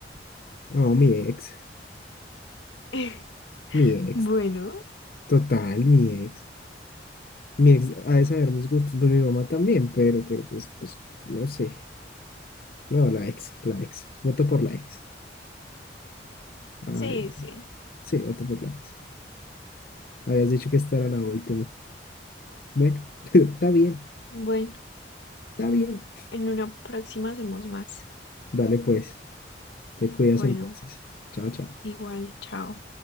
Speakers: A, on the left; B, on the left.
A: No, mi ex,
B: <laughs>
A: mi ex.
B: Bueno,
A: Total, mi ex. Mi ex ha de saber mis gustos, pues mi mamá también, pero, pero pues, pues, no sé. No, la ex, la ex. Voto por la ex. Ay,
B: sí, sí.
A: sí, voto por la ex. Habías dicho que esta era la última. Bueno, <laughs> está bien,
B: Bueno,
A: está bien.
B: en una próxima hacemos más.
A: Dale pues, te cuidas
B: Bueno,
A: entonces. Chao, chao.
B: igual, chao.